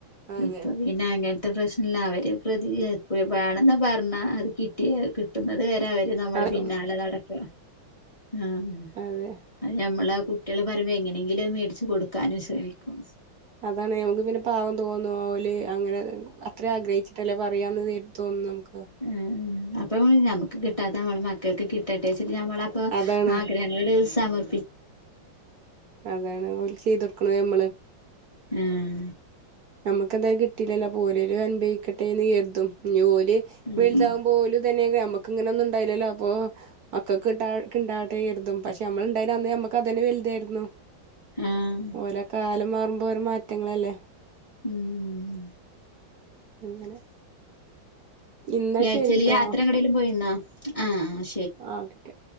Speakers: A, on the right; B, on the left.
A: അതെ
B: ഇപ്പ പിന്നങ്ങൻ ത്ത പ്രശ് എല്ലാവരും പ്രതീ അ പുത്യേ വേണന്ന് പർഞ്ഞ അത് കിട്ടിയേ കിട്ടുന്നത് വ രെ അവര് നമ്മളെ
A: അതും
B: പിന്നാലെ നടക്ക ഉം
A: അതെ
B: അഅ് ഞമ്മളാ കുട്ട്യേള് പറയുമ്പോ എങ്ങനെ <unintelligible> മേടിച്ചു കൊടുക്കാനും ശ്രമിക്കും
A: അതാണ് ഞമ്മക്ക് പിന്നെ പാവം തോന്നും ഓല് അങ്ങനെ അത്രേ ആഗ്രഹിച്ചിട്ടല്ലേ പറയാന്ന് <unintelligible> തോന്നും നമ്മക്ക് ആ
B: ഉം അപ്പം ഞമ്മക്ക് കിട്ടാത്തത് ഞമ്മളെ മക്കൾക്ക് കിട്ടട്ടെ ഞമ്മൾ അപ്പം
A: അതാണ്
B: ആഗ്രഹങ്ങൾ സമർ
A: അതാണ് ഓൽ ചെയ്ത് ക്കണം ഞമ്മൾ
B: ഉം
A: ഞമ്മൾക്ക് എന്തായാലും കിട്ടിലല്ലോ ഓലേലും അനുഭവിക്കട്ടെ കരുതും ഞ്ഞു ഓള്
B: ഉം
A: വലുതാവുമ്പോ ഓൽ തന്നെ ഞമ്മക്ക് ഇങ്ങനെ ഒന്നും ഇണ്ടായില്ലല്ലോ അപ്പോ മക്കൾക്ക് ഉണ്ടാവട്ടെ കരുതും പക്ഷെ ഞമ്മൾ ഇണ്ടായിനെ അന്ന് അതന്നെ വലുതായിരുന്നു
B: ആഹ്
A: ഓലെ ആ കാലം മാറുമ്പോ ഓരോ മാറ്റങ്ങൾ അല്ലെ
B: ഉം
A: അങ്ങനെ ഇന്നാ
B: ഈ ആഴ്ച്ചയിൽ
A: ശരിട്ടോ
B: യാത്ര എങ്ങോട്ടേലും പോയിരുന്നോ ആ ആ
A: ആ ഓക്കേ